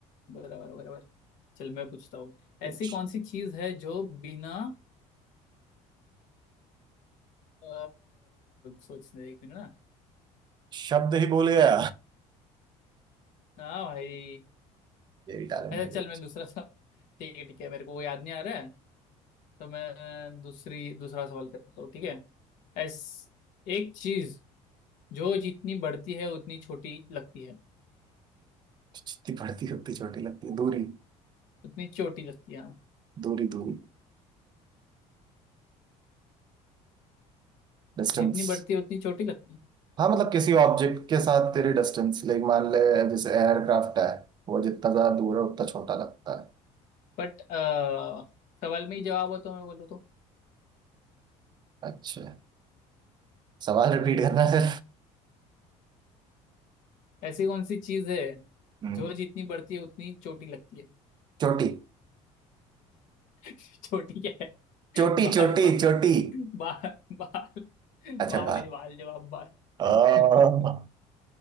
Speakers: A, on the left; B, on the right.
A: बराबर बराबर चल मैं पूछता हूँ
B: कुछ
A: ऐसी कौन सी चीज है जो बिना अ, सोचने एक मिनट ना
B: शब्द ही बोल गया
A: हाँ भाई
B: यही टैलेंट
A: अच्छा
B: मुझे
A: चल मैं दूसरा सवाल <laughs> ठीक है ठीक है मेरे को वो याद नहीं आ रहा है तो मैं दूसरी दूसरा सवाल करता हूँ ठीक है एस एक चीज जो जितनी बढ़ती है उतनी छोटी लगती है
B: जितनी बढ़ती उतनी छोटी लगती है दूरी
A: उतनी छोटी लगती है हाँ
B: दूरी दूरी डिस्टेंस
A: जितनी बढ़ती है उतनी छोटी लगती है
B: हाँ मतलब किसी ऑब्जेक्ट के साथ तेरी डिस्टेंस लाइक मान ले जैसे एयरक्राफ्ट है वो जितना ज्यादा दूर है उतना छोटा लगता
A: बट अ, सवाल में ही जवाब हो तो मैं बोलूँ तो
B: है अच्छा सवाल रिपीट करना है
A: ऐसी कौन सी चीज है
B: सर
A: जो जितनी बढ़ती है उतनी चोटी लगती है
B: चोटी
A: <laughs> चोटी क्या है
B: चोटी
A: <laughs> बाल
B: चोटी
A: बाल
B: चोटी
A: बाल बाल
B: अच्छा
A: बाल
B: बाय
A: है बाल जवाब बाल <laughs>
B: आह,